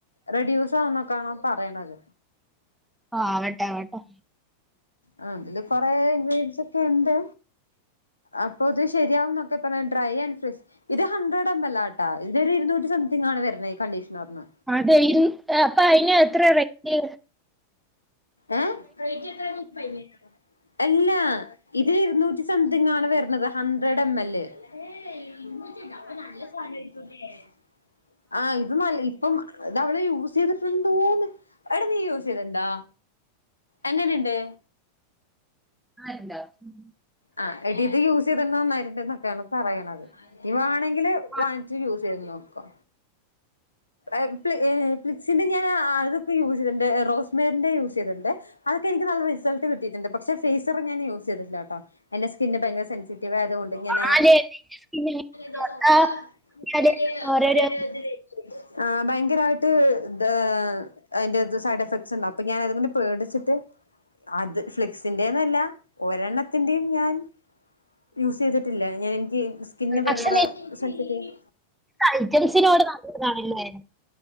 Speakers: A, on the left; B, in the centre.
A: റെഡിയൂസ് ആകുന്നൊക്കാണ് പറയ്ണത്
B: ആഹ ആവട്ടെ ആവട്ടെ
A: ആ അതില് കൊറെ ഇൻഗ്രീഡിയൻസ് ഒക്കെ ഉണ്ട്. അപ്പൊ ഇത് ശരിയാവും എന്നൊക്കെ പറഞ്ഞ ഡ്രൈ ആൻഡ് ഫ്രഷ് ഇത് ഹൺഡ്രഡ് എം എൽ ആ. ആ ഇതൊരു ഇരുന്നൂറ്റി സംതിങ് ആണ് വരുന്ന ഈ കണ്ടീഷ്ണർന്
B: അതെ! ഇൻ അപ്പൊ അയിന് എത്ര റയ്റ്റ്?
A: ഏ റെയിറ്റ് എത്ര എന്ന് പറഞ്ഞു തെരോ? അല്ലാ ഇതിൽ ഇരുന്നൂറ്റി സംതിങ്ങ് ആണ് വരുന്നത് ഹൺഡ്രഡ് എംഎല്ലേ <unintelligible> ആ ഇത് നല്ല ഇപ്പം താ അവൾ യൂസ് ചെയ്തിട്ടുണ്ടോന്ന്. എട നീ യൂസ് ചെയ്തിട്ടുണ്ടാ! എങ്ങനെയുണ്ട്?
B: ആരുണ്ടോ മ്
A: ആ എടീ ഇത് യൂസ് ചെയ്ത് നന്നായിണ്ട് എന്നൊക്കെയാണ് പറയണത് ഇനി വാണെങ്കില് <unintelligible>
B: ആ,
A: വാങ്ങിച്ച് യൂസ് ചെയത് നോക്കോ? എ പ്ളി എ ഫ്ലിക്സിന്റെ ഞാൻ അതൊക്കെ യൂസ് ചെയ്തിട്ടണ്ട് റോസ്മേറിന്റെ യൂസ് ചെയ്തിണ്ട്. അതൊക്കെ എനിക്ക് നല്ല റിസൾട്ട കിട്ടിയിട്ട്‌ണ്ട് പക്ഷെ ഫേസർ ഞാൻ യൂസ് ചെയ്തിട്ടില്ല കേട്ടോ. എന്റെ സ്കിന്ന് ഭയങ്കര സെൻസിറ്റീവ് ആയതുകൊണ്ട് ഞാനാ
B: ആരെ തൊട്ടാ
A: തെ തൊട്ട <unintelligible>
B: ഞാന് ഓരോരോ
A: <inaudible> ആ ഭയങ്കരയിട്ട് ത് അതിന്റെറ ത് സൈഡ് എഫക്ട്സ് ഉണ്ടാകും അപ്പൊ ഞാൻ അതുകൊണ്ട് പേടിച്ചിട്ട് അത് ഫ്ലിക്സിന്റെന്നല്ല ഒരെണ്ണത്തിന്റെയും ഞാൻ യൂസ് ചെയ്തിട്ടില്ല ഞാൻ എനിക്ക് സ്കിന്ന ഭയങ്കര
B: പക്ഷെ
A: സെൻസിറ്റീവ്
B: ഐറ്റംസിനോട് നല്ലതാണല്ലേ